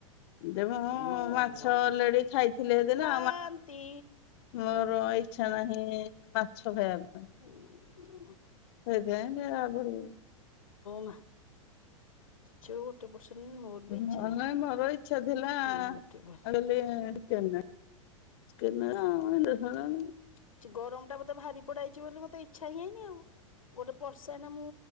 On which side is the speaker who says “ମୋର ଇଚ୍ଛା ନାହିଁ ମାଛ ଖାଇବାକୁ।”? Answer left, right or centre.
Left